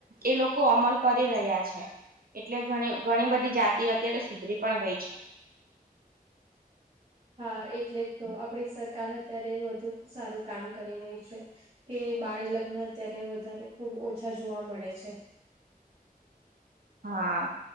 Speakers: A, on the right (about 70°); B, on the right (about 40°).
A: એ લોકો અમલ કરી રહ્યા છે એટલે ઘણી ઘણી બધી જાતિ અત્યારે સુધરી પણ ગઈ છે
B: હા એટલે જ તો આપડી સરકાર અત્યારે વધુ સારું કામ કરી રહી છે કે બાળ લગ્ન અત્યારે વધારે ખુબ ઓછા જોવા મળે છે
A: હા